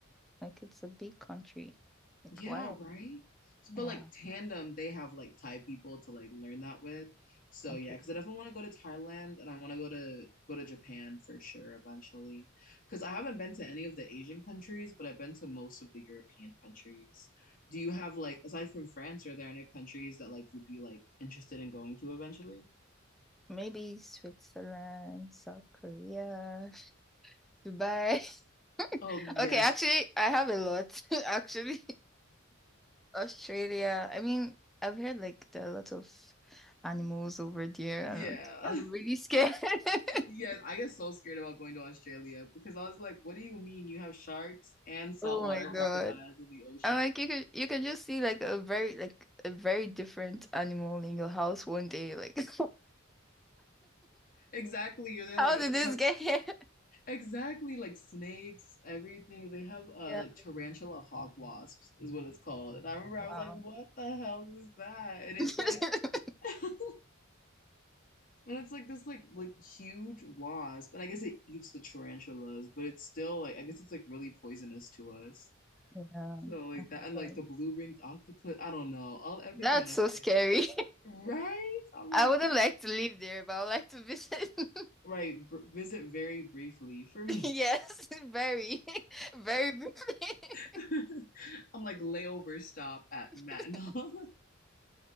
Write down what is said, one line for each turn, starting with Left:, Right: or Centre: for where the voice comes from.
Centre: like it's a big country. Like
Left: Yeah,
Centre: why?
Left: right. S- But
Centre: Yeah.
Left: like Tandem, they have like Thai people to like learn that with. So
Centre: Okay.
Left: yeah, because I definitely want to go to Thailand and I want to go to go to Japan for sure eventually. Because I haven't been to any of the Asian countries, but I've been to most of the European countries. Do you have like aside from France, are there any countries that like you'd be like interested in going to eventually?
Centre: Maybe Switzerland, South Korea, <laughs> Dubai. <laughs>
Left: Oh yes.
Centre: Okay, actually I have a lot <laughs> actually. Australia. I mean, I've heard like there are a lot of animals over there,
Left: Yeah.
Centre: and like, I'm
Left: <laughs>
Centre: really scared. <laughs>
Left: Yes, I get so scared about going to Australia because I was like, what do you mean you have sharks and saltwater
Centre: Oh my God.
Left: crocodiles in the ocean?
Centre: I'm like you could you can just see like a very like a very different animal in your house one day. Like, <laughs>
Left: Exactly. Or they're
Centre: how
Left: like
Centre: did
Left: they
Centre: this
Left: have
Centre: get here?
Left: exactly like snakes, everything. They have uh
Centre: Yeah.
Left: like tarantula hawk wasps is what it's called. And I remember
Centre: Wow.
Left: I was like, what
Centre: <laughs>
Left: the hell is that? And it's
Centre: Yeah.
Left: like <laughs> and it's like this like like huge wasp. And I guess it eats the tarantulas, but it's still like I guess it's like really poisonous to us.
Centre: Oh
Left: So like
Centre: my
Left: that and
Centre: God.
Left: like the blue-ringed octopus. I don't know. All everything
Centre: That's
Left: on Australia.
Centre: so scary.
Left: Right?
Centre: <laughs>
Left: I'm like,
Centre: I wouldn't
Left: oh.
Centre: like to live there, but I would like to visit. <laughs>
Left: Right. Br visit very briefly for me.
Centre: Yes, very, <laughs> very briefly.
Left: <laughs> I'm like layover stop at
Centre: <laughs>
Left: Matinal. <laughs>